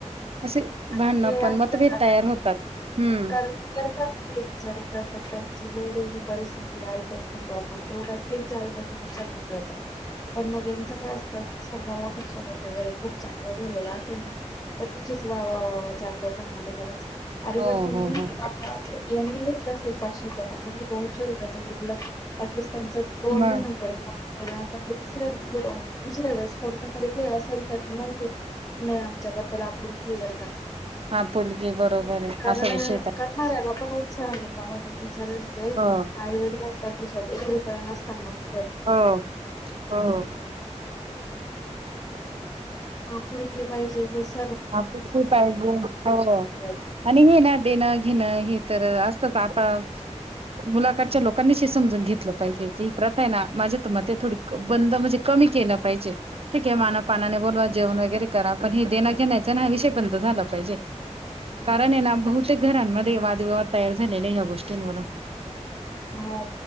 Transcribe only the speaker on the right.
असे
भांडणं
पण
मतभेद तयार होतात हम्म
हो
हो हो
मग
आपुलकी बरोबर आहे
असा विषय
हो
हा हा <unintelligible>
हा पण तू पाहिजे हो
आणि हे ना देणं घेणं हे तर असतच आता मुलाकाळच्याने लोकांनी समजून घेतलं पाहिजे की प्रथा आहे ना माझ्या तर मते थोडी बंद म्हणजे कमी केलं पाहिजे ठीक आहे माना पानाने बोलवा जेवण वगैरे करा पण हे देण घेण्याचा ना हा विषय बंद झाला पाहिजे, कारण हे ना बहुतेक घरांमध्ये वादविवाद तयार झालेले ह्या गोष्टींवरून